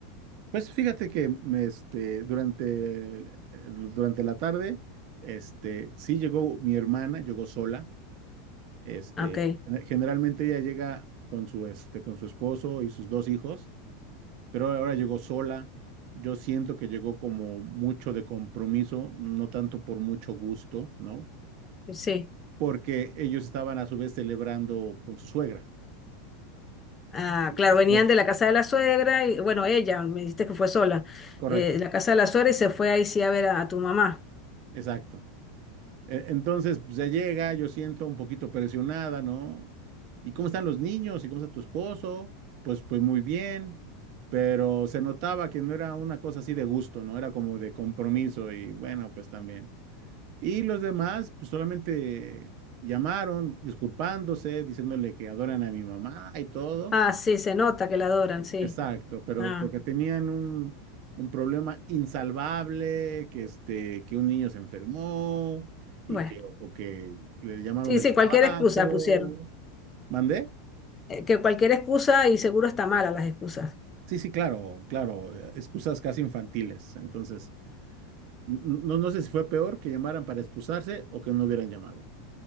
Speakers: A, on the right; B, on the left.
A: Pues fíjate que me, este, durante, el- el- durante la tarde, este, sí llegó mi hermana, llegó sola. Este,
B: Ok,
A: generalmente ella llega con su, este, con su esposo y sus dos hijos. pero ahora llegó sola. Yo siento que llegó como mucho de compromiso, no tanto por mucho gusto, ¿no?
B: sí.
A: Porque ellos estaban a su vez celebrando con su suegra.
B: Ah,
A: Y
B: claro,
A: el esposo.
B: venían de la casa de la suegra, y bueno, ella, me dijiste que fue sola,
A: Correcto,
B: eh, de la casa de la suegra y se fue ahí sí a ver a, a tu mamá.
A: exacto. E- Entonces, pues, ya llega, yo siento un poquito presionada, ¿no? ¿Y cómo están los niños? ¿Y cómo está tu esposo? Pues, pues muy bien, pero se notaba que no era una cosa así de gusto, ¿no? Era como de compromiso y bueno, pues también. Y los demás, pues solamente llamaron, disculpándose, diciéndole que adoran a mi mamá y todo.
B: Ah, sí, se nota que la adoran, sí.
A: Exacto, pero
B: Ah,
A: porque tenían un, un problema insalvable, que este, que un niño se enfermó y
B: bueno.
A: que, o que le llamaron
B: Sí,
A: del
B: sí,
A: trabajo.
B: cualquier excusa pusieron.
A: ¿Mandé?
B: Eh, que cualquier excusa y seguro está mala las excusas.
A: Sí, sí, claro, claro, eh, excusas casi infantiles. Entonces, n- n- no, no sé si fue peor que llamaran para excusarse o que no hubieran llamado,